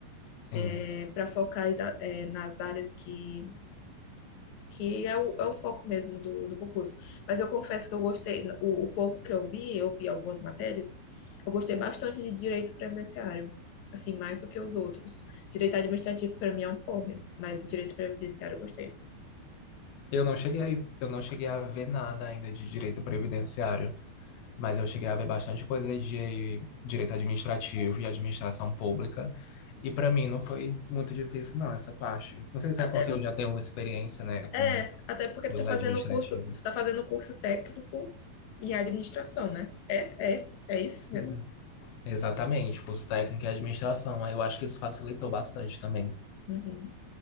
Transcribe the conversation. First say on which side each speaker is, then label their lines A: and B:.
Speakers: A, on the left; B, on the left.
A: Sim.
B: É, para focar exa- é, nas áreas que, que é o, é o foco mesmo do, do concurso. Mas eu confesso que eu gostei, o, o pouco que eu vi, eu vi algumas matérias, eu gostei bastante de direito previdenciário. Assim, mais do que os outros. Direito administrativo, para mim, é um porre, mas o direito previdenciário eu gostei.
A: Eu não cheguei a, eu não cheguei a ver nada ainda de direito previdenciário. mas eu cheguei a ver bastante coisa de direito administrativo e administração pública. E para mim não foi muito difícil, não, essa parte. Não sei se
B: Até
A: é porque eu já tenho uma experiência, né, com
B: É, até porque
A: coisas
B: tu tá fazendo
A: administrativas.
B: o curso, tu tá fazendo o curso técnico em administração, né? É, é, é isso mesmo?
A: Uhum. Exatamente, curso técnico e administração. Aí eu acho que isso facilitou bastante também.
B: Uhum.